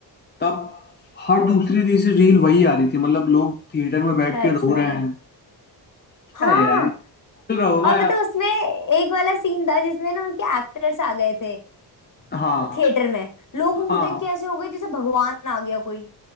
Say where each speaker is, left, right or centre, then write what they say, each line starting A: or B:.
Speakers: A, on the left; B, on the left.
A: तब हर दूसरी तीसरी रील वही आ रही थी मतलब लोग थिएटर में बैठ
B: सच
A: के रो
B: में
A: रहे हैं क्या
B: हाँ
A: है यार खेल रहो ना
B: और
A: यार
B: मतलब उसमें एक वाला सीन था जिसमें ना उनके एक्टर्स आ गए थे
A: हाँ
B: थिएटर में लोग
A: हाँ
B: उनको देख के ऐसे हो गए जैसे भगवान आ गया कोई